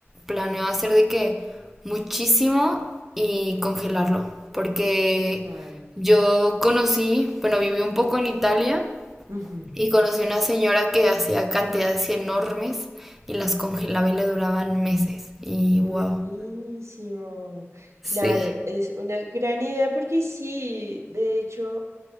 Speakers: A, in the centre; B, on the right (about 75°).
A: planeo hacer de que muchísimo y congelarlo, porque
B: Claro.
A: yo conocí, bueno, viví un poco en Italia
B: ujú,
A: y conocí una señora que hacía cantidades enormes y las congelaba y le duraban meses. Y
B: Buenísimo.
A: wow, sí,
B: Claro, es una gran idea porque sí, de hecho...